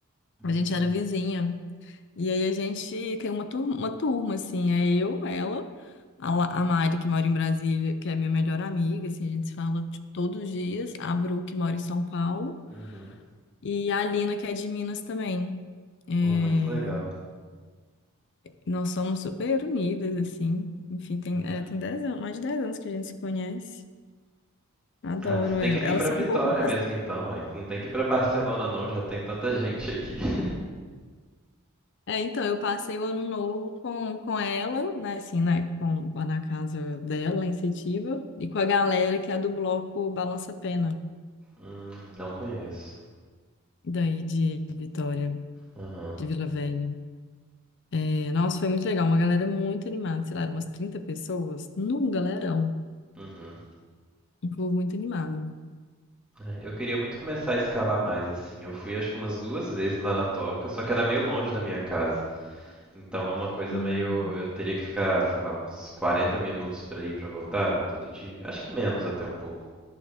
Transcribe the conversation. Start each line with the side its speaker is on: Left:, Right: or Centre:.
Centre: Hum,
Left: A gente era vizinha. E aí a gente tem uma turma, uma turma assim, é eu, ela, a, La- a Mari, que mora em Brasília, que é minha melhor amiga, assim, a gente se fala tipo, todos os dias, a Bru, que mora em São Paulo,
Centre: Uhum.
Left: e a Alina, que é de Minas também. É,
Centre: Pô, muito legal.
Left: nós somos super unidas, assim, enfim, tem,
Centre: Uhum.
Left: é, tem 10 anos, mais de 10 anos que a gente se conhece. Adoro
Centre: Ah, você tem
Left: ela.
Centre: que vir
Left: Elas
Centre: pra
Left: são
Centre: Vitória
Left: um pouco mais.
Centre: mesmo então, é que não tem que ir pra Barcelona não, já tem tanta gente aqui. <laughs>
Left: É, então, eu passei o ano novo com, com ela, né, assim, né, com, lá na casa dela, lá em Setiba, e com a galera que é do bloco Balança Pena,
Centre: Hum, não conheço.
Left: daí de Vitória,
Centre: Aham.
Left: de Vila Velha. É, nossa, foi muito legal, uma galera muito animada, sei lá, eram umas 30 pessoas, num galerão,
Centre: Uhum.
Left: um povo muito animado.
Centre: É, Eu queria muito começar a escalar mais, assim. Eu fui acho que umas duas vezes lá na Toca, só que ela é meio longe da minha casa. Então é uma coisa
Left: Hum,
Centre: meio. Eu teria que ficar, sei lá, uns 40 minutos pra ir pra voltar todo dia. Acho que menos até um pouco.